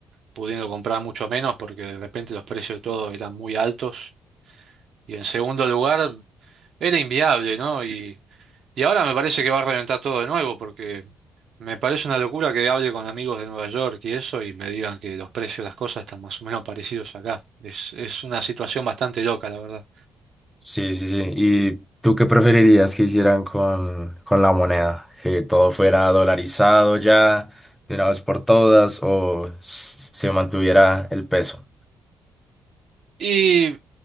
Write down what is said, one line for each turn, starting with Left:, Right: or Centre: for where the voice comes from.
Right: pudiendo comprar mucho menos porque de repente los precios de todo eran muy altos y en segundo lugar era inviable, ¿no? Y Y ahora me parece que va a reventar todo de nuevo, porque me parece una locura que hable con amigos de Nueva York y eso y me digan que los precios de las cosas están más o menos parecidos acá. Es, es una situación bastante loca, la verdad.
Centre: Sí, sí, sí. ¿Y tú qué preferirías que hicieran con, con la moneda? ¿Que todo fuera dolarizado ya, de una vez por todas, o s- se mantuviera el peso?
Right: Y